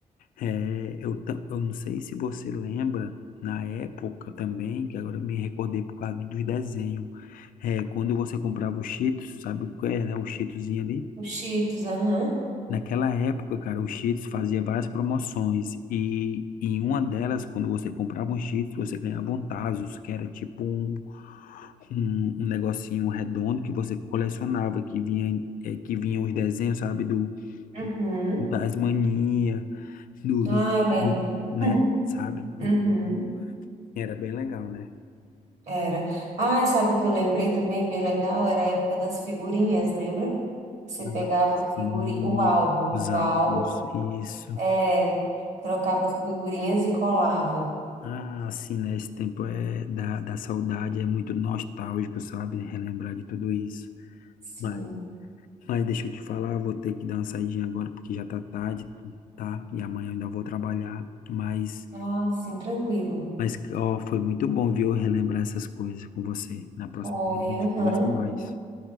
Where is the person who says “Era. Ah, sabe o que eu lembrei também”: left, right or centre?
Right